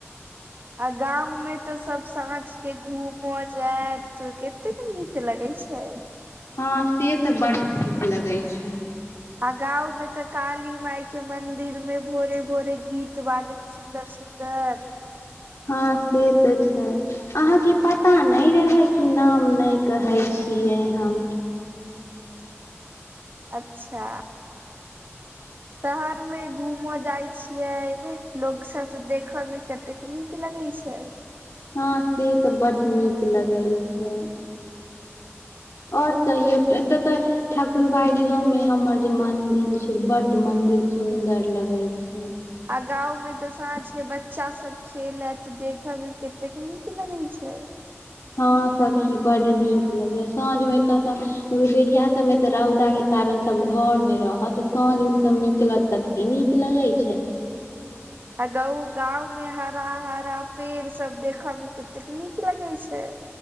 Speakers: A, on the right; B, on the left.
A: आ गांव में तऽ सब साँझ के घूम जैत। त कतेक नीक लगै छैय।
B: हँ से तऽ बड नीक लगै छैय।
A: आ गांवमे तऽ काली मााय के मंदिरमे भोरे- भोरे गीत बाजत सुंदर-सुंदर।
B: हँ से तऽ छैय। अहाँके पता नहि रहय कि नाम नहि कहै छियै हम।
A: अच्छा। शहरमे घूमऽ जाय छियै लोग सब त देखऽ मे कतेक नीक लगय छैय।
B: हँं से तऽ बड नीक लगय छैय। आओर कहियौ एतऽ तऽ ठाकुरबाड़ियोमे हमर जे मंदिर छैय बड मंदिर सुंदर लगय छैय। अच्छा।
A: आ गांवमे तऽ साँंझके बच्चा सब खेलत देखे मे कतेक नीक लगे छैय।
B: हँं सखी बड नीक लगैया साँझ मे एत सब बेरिया सबमे तऽ रौदाके कारण सब घरमे रहत साँझमे सब निकलत कत नीक लगैत छैय।
A: आ गा गांवमे हरा-हरा पेड़ सब देखेमे कतेक नीक लगे छैय।